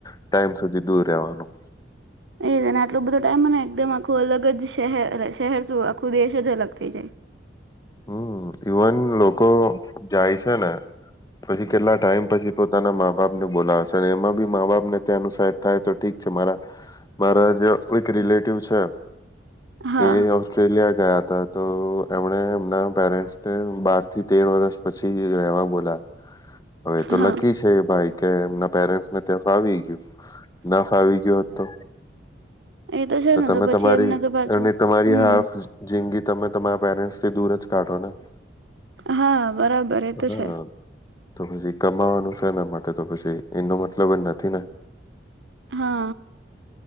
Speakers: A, on the left; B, on the right.
A: ટાઈમ સુધી દૂર રહેવાનું
B: એ જ ને આટલો બધો ટાઈમ મને એકદમ આખું અલગ જ શહેર શહેર શું આખું દેશ જ અલગ થઈ જાય.
A: હમ ઈવન લોકો જાય છે ને પછી કેટલા ટાઈમ પછી પોતાના મા બાપને બોલાવે છે એમાં બી મા બાપને ત્યાં અનુસહેબ થાય તો ઠીક છે મારા મારા જે એક રિલેટિવ છે.
B: હા
A: એ ઓસ્ટ્રેલિયા ગયા હતા. ત્યારે તો એમણે મના પેરેન્ટને બાર થી તેર વર્ષ પછી રહવા બોલા હવે એ તો
B: હા
A: લકી છે ભાઈ કે એમના પેરેન્ટ્સને ત્યાં ફાવી ગયું ન ફાવી ગયો તો
B: એ છે
A: તો
B: ને
A: તમે
B: પછી
A: તમારી
B: એમને તો પાછું
A: અને તમારી
B: હમ
A: હાફ જિંગી તમે તમારા પેરેન્ટ્સ થી દૂર જ કાઢોનાને
B: હા બરાબર એ તો
A: હા
B: છે.
A: તો પછી કમાવાનું છે એના માટે તો પછી એનો મતલબ નથી ને
B: હા